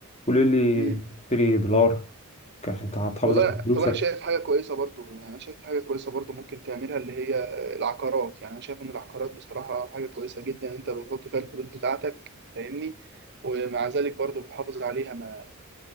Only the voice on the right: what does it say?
مم.
والله
طب انا شايف حاجه كويسه برضو يعني انا شايف حاجه كويسه برضو ممكن تعملها اللي هي العقارات يعني انا شايف ان العقارات بصراحه حاجه كويسه جدا انت بتحط فيها الفلوس بتاعتك فاهمني ومع ذلك برضو بتحافظ عليها ما